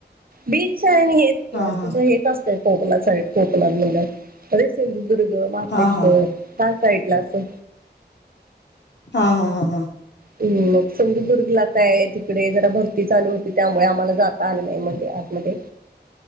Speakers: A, on the right (about 55°); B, on the left (about 75°).
A: बीच आहे हेच की
B: हा
A: असं
B: हा
A: हे.... असतय कोकणात सगळे कोकणात म्हटल्यावर अरे सिंधुदुर्ग मारलेश्वर
B: हा हा
A: काय.... साईडला असं...
B: हा हा हा हा....
A: हम् मग सिंधुदुर्ग ला काय तिकडे जरा भरती चालू होती त्यामुळे आम्हाला जात.... आल नाही मध्ये आतमध्ये.....